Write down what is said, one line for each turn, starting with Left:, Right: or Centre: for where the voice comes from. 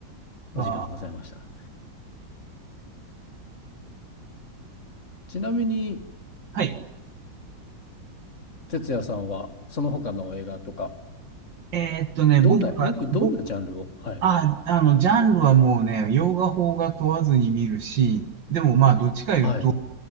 Right: ああ、
Left: お時間ございましたら。ちなみに
Right: はい。
Left: 哲也さんはその他の映画とか
Right: えーっとね、
Left: どんなよくどんなジャンルをはい
Right: 僕が、僕、ああ、あの、ジャンルはもうね、洋画、邦画問わずに見るし、でもまあ、どっちか言うと、
Left: はい。